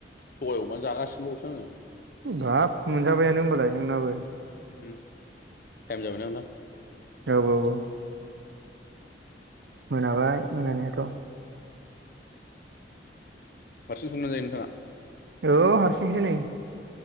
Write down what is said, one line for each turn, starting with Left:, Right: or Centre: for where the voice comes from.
Left: सबाइ अमा जागासिनोबावोसो आङो।
Right: बाब मोनजाबायानो होनबालाय नोंनाबो।
Left: द टाइम जाबायना नोंथां।
Right: औ औ औ मोनाबाय मोनानायाथ'।
Left: हारसिं संनानै जायो नोंथाङा।
Right: औ हारसिंसो नै।